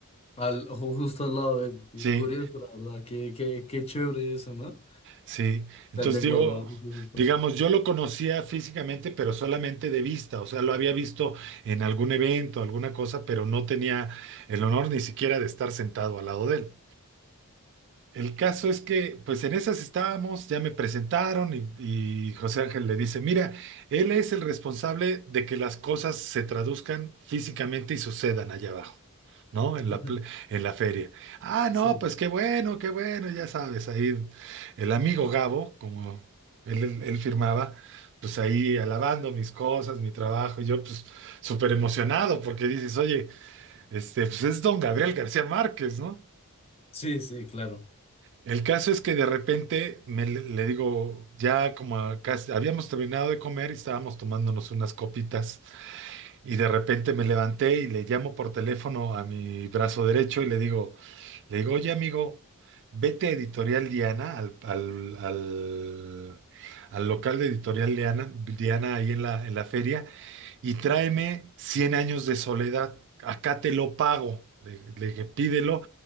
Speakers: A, on the left; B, on the right.
A: al, ju- justo al lado de él. Y
B: Sí,
A: Curioso, la verdad. Qué, qué, qué chévere eso, ¿no?
B: Sí, entonces
A: Que hayan
B: digo,
A: guardado justo ese espacio.
B: digamos, yo lo conocía físicamente, pero solamente de vista, o sea, lo había visto en algún evento, alguna cosa, pero no tenía el honor ni siquiera de estar sentado al lado de él. El caso es que, pues en esas estábamos, ya me presentaron y, y José Ángel le dice, mira, él es el responsable de que las cosas se traduzcan físicamente y sucedan allá abajo, ¿no? En
A: Ujú,
B: la, pl- en la feria. Ah,
A: Sí,
B: no, pues qué bueno, qué bueno, ya sabes, ahí el amigo Gabo, como él, él- él firmaba, pues ahí alabando mis cosas, mi trabajo, y yo pues súper emocionado porque dices, oye, este, pues es don Gabriel García Márquez, ¿no?
A: sí, sí, claro.
B: El caso es que de repente me le, le digo, ya como a casi- habíamos terminado de comer y estábamos tomándonos unas copitas y de repente me levanté y le llamo por teléfono a mi brazo derecho y le digo, le digo, oye amigo, vete a Editorial Diana, al, al, al- al local de Editorial Diana, Diana ahí en la, en la feria y tráeme cien años de soledad. Acá te lo pago. Le, le dije, pídelo.